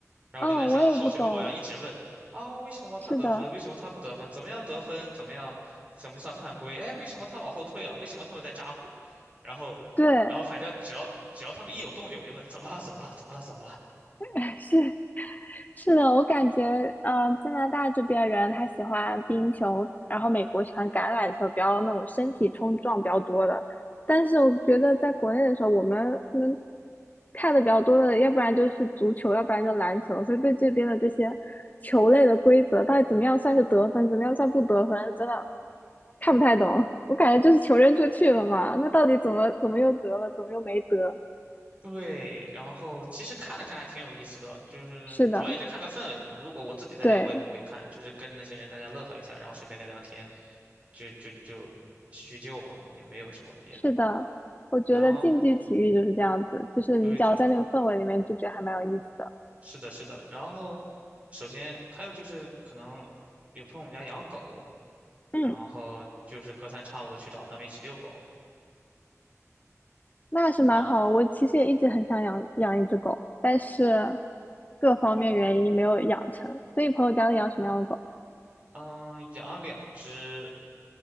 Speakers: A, on the right (about 25°); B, on the left (about 30°).
A: 然后我就在想，
B: 哦，我也不懂，
A: 好奇宝宝要一直问啊，为什么他得分？
B: 是的，
A: 为什么他不得分？怎么样得分？怎么样？怎么算犯规？哎，为什么他往后退了？为什么他们在扎呼？然后，
B: 对，
A: 然后反正只要只要他们一有动静，我就问怎么了？怎么了？怎么了？怎么了？
B: <laughs> 是是的，我感觉，呃，加拿大这边人他喜欢冰球，然后美国喜欢橄榄球，比较那种身体冲撞比较多的。但是我觉得在国内的时候，我们可能看的比较多的，要不然就是足球，要不然就篮球，所以对这边的这些球类的规则，到底怎么样算是得分，怎么样算不得分，真的看不太懂。我感觉就是球扔出去了嘛，那到底怎么怎么又得了，怎么又没得？
A: 对，然后其实看了看还挺有意思的，就是主要也是看个氛围嘛。
B: 是的，
A: 如果我自己在家，
B: 对。
A: 我也不会看，就是跟着那些人大家乐呵一下，然后顺便聊聊天，就就就叙叙旧嘛，也没有什么别的。
B: 是的，我觉得竞技体育就是这样子，
A: 然后
B: 就是你只要在那个氛围里面，
A: 对的，
B: 就觉得还蛮有意思的。
A: 是的，是的。然后，首先还有就是可能有朋友我们家养狗，
B: 嗯，
A: 然后就是隔三差五的去找他们一起遛狗
B: 那是蛮好的我其实也一直很想养养一只狗，
A: 啊。
B: 但是各方面原因没有养成。所以朋友家都养什么样的狗？
A: 嗯，养了两只